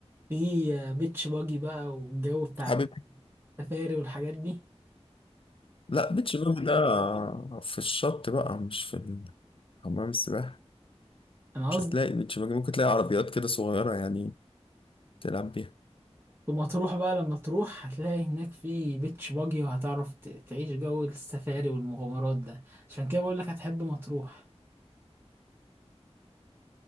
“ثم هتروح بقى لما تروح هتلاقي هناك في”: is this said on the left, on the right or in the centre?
Right